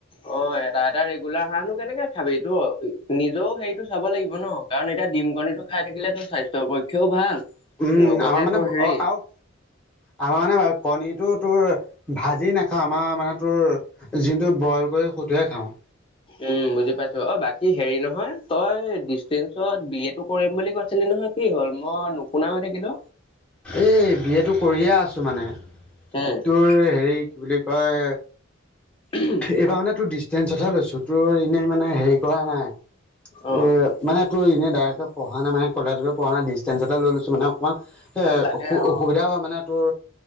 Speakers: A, on the left (about 25°); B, in the centre.
A: অ এটা এটা ৰেগুলাৰ হাঁহনো কেনেকে খাবি এইটো নিজেও হেৰিটো চাব লাগিব ন কাৰণ এতিয়া ডিম কণীটো খাই থাকিলে তোৰ স্বাস্থ্যৰ পক্ষেও ভাল
B: উম
A: লগতে
B: আমাৰ মানে
A: তোৰ হেৰি
B: আৰু আমাৰ মানে বাৰু কণীটো তোৰ ভাজি নাখাওঁ আমাৰ মানে তোৰ যিটোত বইল কৰি সুতোহে খাওঁ।
A: উম বুজি পাইছো অ বাকী হেৰি নহয় তই ডিচটেন্স- ত বি এ টো কৰিম বুলি কৈছিলি নহয় কি হ'ল মই নুশুনা হৈ থাকিলো।
B: এই বি এটো কৰিয়ে আছো মানে
A: উম
B: তোৰ হেৰি কি বুলি কয়
A: উহুম
B: এইবাৰ মানে তোৰ ডিচষ্টেঞ্চতহে লৈছোঁ তোৰ এনেই মানে হেৰি কৰা নাই
A: অ
B: এই মানে তোনে এনে ডাইৰেক্টকে পঢ়া নাই মানে কলেজ গৈ পঢ়া নাই ডিষ্টেঞ্চতে লৈছো মানে অ- কমান এ
A: তাকে
B: অসু
A: অ
B: অসুবিধা হয় মানে তোৰ